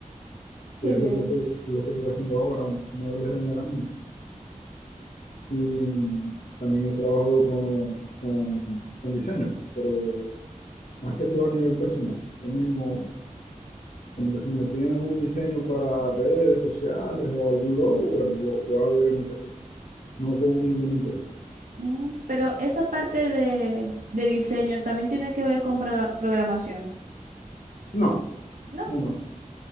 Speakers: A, on the left; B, on the right.
A: que
B: Sí,
A: es
B: bien.
A: lo que estoy, lo que estoy haciendo ahora, muebles de melamina. Y también he trabajado con, con, con diseños, pues, pero más que todo a nivel personal. Lo mismo, como que si me piden algún diseño para redes sociales o algún logo, bueno, lo, lo hago yo en mi casita, no con ninguna empresa.
B: Mm, Pero esa parte de, de diseño también tiene que ver con pro- programación,
A: No,
B: ¿no?
A: no, no.